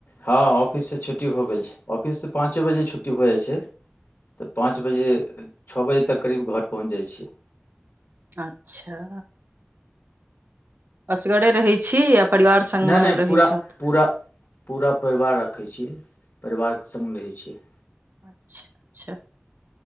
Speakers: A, on the left; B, on the right.
A: हँ ऑफससँ छुट्टी हो गेल छै ऑफिससँ पाँचे बजे छुट्टी भऽ जाइ छै। तऽ पाँच बजे छ बजे तक करीब घर पहुँच जाइ छियै।
B: अच्छऽ असगरे रहै छी परिवार संगमे
A: नय - नय
B: रहै
A: पूरा
B: छथि
A: - पूरा पूरा परिवार राखै छी परिवारकेँ संग रहै छियै
B: अच्छऽ - अच्छऽ